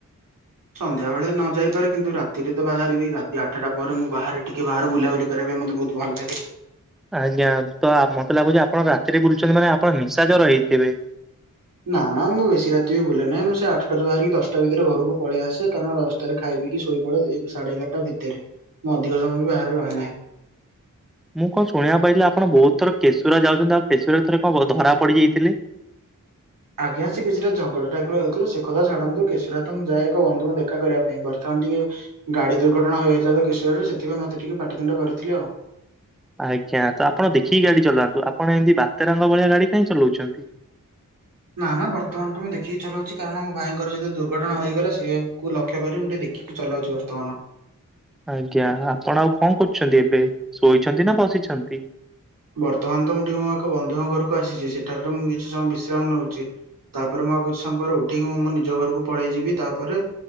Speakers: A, on the right; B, in the centre.
A: ସନ୍ଧ୍ୟାବେଳେ ନ ଯାଇପାରେ କିନ୍ତୁ ରାତିରେ ତ ବାହାରିବି ରାତି ଆଠଟା ପରେ ମୁଁ ବାହାରେ ଟିକେ ବାହାରେ ବୁଲାବୁଲି କରିଆ ପାଇଁ ମତେ ବହୁତ୍ ଭଲ୍ ଲାଗେ।
B: ଆଜ୍ଞା ତ ଆମ୍ ମତେ ଲାଗୁଛି ଆପଣ ରା ରାତିରେ ବୁଲୁଛନ୍ତି ମାନେ ଆପଣ ନିଶାଜର ହେଇଥିବେ।
A: ନା ନା ମୁଁ ବେଶୀ ରାତିବି ବୁଲେନାହିଁ ମୁଁ ସେ ଆଠଟାାରୁ ବାହାରିକି ଦଶଟା ଭିତରେ ଘରକୁ ପଳେଇ ଆସେ କାରଣ ରସ୍ ତରେ ଖାଇ ପିଇକି ଶୋଇପଡ଼େ ଏଗ୍ ସାଢ଼େ ଏଗାରଟା ଭିତେରେ ମୁଁ ଅଧିକ ସମୟ ବି ବାହାରେ ରହେ ନାହିଁ।
B: ମୁଁ କଣ ଶୁଣିବାକୁ ପାଇଥିଲି ଆପଣ ବହୁତ୍ ଥର କେଶୁରା ଯାଉଛନ୍ତି ଆଉ କେଶୁରାରେ ଥରେ କଣ ବ ଧରା ପଡିଯାଇଥିଲେ।
A: ଆଜ୍ଞା ସେ କିଛିଟା ଝଗଡ଼ ଟାଇପିର ହେଉଥିଲୁ ସେ କଥା ଛାଡ଼ନ୍ତୁ କେଶୁରା ତ ମୁଁ ଯାଏ ଏକ ବନ୍ଧୁଙ୍କୁ ଦେଖା କରିବା ପାଇଁ ବର୍ଥମାନ୍ ଟିକେ ଗାଡ଼ି ଦୁର୍ଘଟଣା ହୋଇଯାଇଥିଲା ତ କେଶୁରାରେ ସେଥିପାଇଁ ମତେ ଟିକେ ପାଟିତୁଣ୍ଡ କରିଥିଲେ ଆଉ।
B: ଆଜ୍ଞା ତ ଆପଣ ଦେଖିକି ଗାଡ଼ି ଚଲାନ୍ତୁ ଆପଣ ଏମିତି ବାତେରାଙ୍କ ଭଳିଆ ଗାଡ଼ି କାଇଁ ଚଲୋଉଛନ୍ତି।
A: ନା ନା ବର୍ତ୍ତମାନ୍ ତ ମୁଁ ଦେଖିକି ଚଲୋଉଛି କାରଣ ମୋ ଭାଇଙ୍କର ଯେତେଏଳେ ଦୁର୍ଘଟଣା ହେଇଗଲା ସେଏ କୁ ଲକ୍ଷ୍ୟ କରି ମୁଁ ଟିକେ ଦେଖି ଚଲାଉଛି ବର୍ତ୍ତମାନ।
B: ଆଜ୍ଞା ଆପଣ ଆଉ କଣ୍ କରୁଛନ୍ତି ଏବେ ଶୋଇଛନ୍ତି ନା ବସିଛନ୍ତି?
A: ବର୍ତ୍ତମାନ୍ ତ ମୁଁ ଟିକେ ମୋ ଏକ ବନ୍ଧୁଙ୍କ ଘରକୁ ଆସିଛି ସେଠାରେ ତ ମୁଁ କିଛି ସମୟ ବିଶ୍ରାମ୍ ନଉଚି। ତାପରେ ମୁ ଆଉ କିଛି ସମ୍ ପରେ ଉଠିକି ମୁଁ ମୋ ନିଜ ଘରୁକୁ ପଳେଇଯିବି ତାପରେ